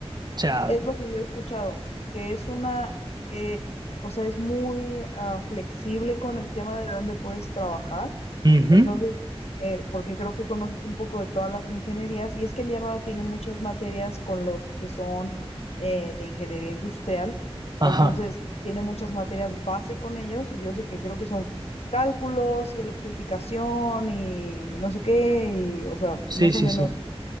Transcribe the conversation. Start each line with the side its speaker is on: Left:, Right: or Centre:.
Right: O sea,
Left: Es lo que yo he escuchado, que es una, eh, o sea, es muy ah, flexible con el tema de dónde puedes trabajar.
Right: ujú,
Left: Entonces, eh, porque creo que conoces un poco de todas las ingenierías, y es que mi hermano tiene muchas materias con los que son eh, de ingeniería industrial,
Right: Ajá,
Left: entonces tiene muchas materias base con ellos, y yo sé que creo que son cálculos y electrificación y no sé qué, y, o sea,
Right: sí,
Left: más
Right: sí,
Left: o menos.
Right: sí,